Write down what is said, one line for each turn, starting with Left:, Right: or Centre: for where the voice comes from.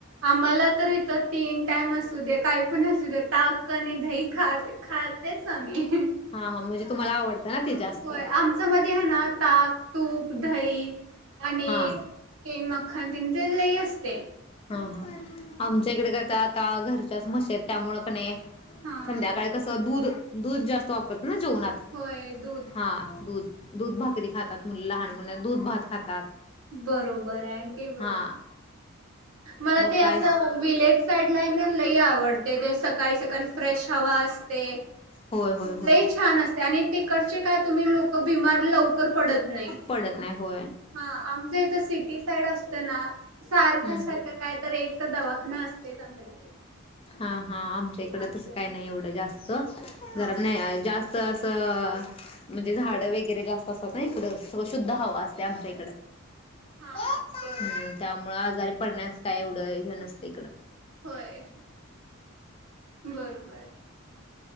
Right: आम्हाला तर इथं तीन टाईम असू द्या काही पण असू द्या, ताक आणि दही खाते खातेच आम्ही.
Left: हा हा म्हणजे तुम्हाला आवडतं ना ते जास्त
Right: होय, आमच्या मध्ये आहे ना ताक, तूप, दही, आणि
Left: हा.
Right: ते मख्खन. तेंचे लई असतेय.
Left: हा हा, आमच्या इकडे का ता आता घरच्याच म्हशी आहेत त्यामुळं कि नाही
Right: हा
Left: संध्याकाळी कसं दुध दुध जास्त वापर ना जेवणात,
Right: होय दूध.
Left: हा दुध. दुध भाकरी खातात मुलं. लहान मुलं, दुध भात खातात.
Right: बरोबरंय आन् ते बरोबरंय.
Left: हा
Right: मला
Left: मग
Right: ते असं
Left: काय
Right: विलेज साईडला हैना, लई आवडते ते सकाळी सकाळी फ्रेश हवा असते.
Left: होय होय होय
Right: लई छान असते आणि तिकड हां, आमचे काय, तुम्ही लोकं बिमार लवकर पडत नाही.
Left: पडत नाही होय
Right: हां आम ते इथं सिटी साईड असते ना सारखंच
Left: हम्म
Right: सारखं काय तर एक तं दवाखाना असतंयच आमच्या घरी.
Left: हा हा, आमच्या इकडं
Right: असं
Left: तसं काही नाही एवढं जास्त. जरा
Right: हा
Left: नाही आज जास्त आमचं असं म्हणजे झाडं वगैरे जास्त असतात ना इकडं, सो शुद्ध हवा असते आमच्या इकडं.
Right: हा
Left: हम्म
Right: बरोबर
Left: त्यामुळे आजारी पडण्यास काय एवढं हे नसतं इकडं.
Right: होय, बरोबर. बर.